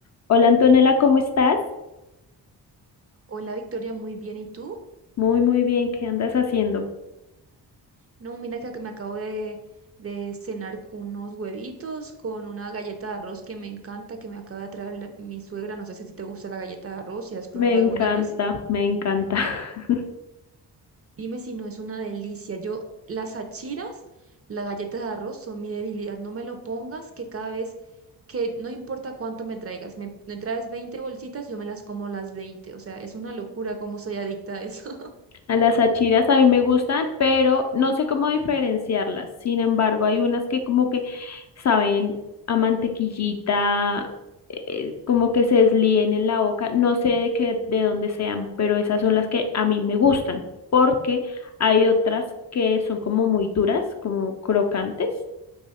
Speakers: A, on the left (about 45°); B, on the right (about 35°).
A: Hola Antonella, ¿cómo estás?
B: Hola Victoria, muy bien. ¿Y tú?
A: Muy, muy bien, ¿qué andas haciendo?
B: No, mira que ac- me acabo de, de cenar unos huevitos con una galleta de arroz que me encanta, que me acaba de traer la- mi suegra. No sé si a ti te gusta la galleta de arroz, si has probado
A: Me encanta,
B: alguna vez.
A: me encanta. <laughs>
B: Dime si no es una delicia. Yo, las achiras, las galletas de arroz son mi debilidad. No me lo pongas que cada vez que, no importa cuánto me traigas, me, me traes 20 bolsitas, yo me las como las veinte O sea, es una locura cómo soy adicta a eso. <laughs>
A: A las achiras a mí me gustan, pero no sé cómo diferenciarlas. Sin embargo, hay unas que como que saben a mantequillita, eh, como que se deslíen en la boca. No sé de qué, de dónde sean, pero esas son las que a mí me gustan, porque hay otras que son como muy duras, como crocantes.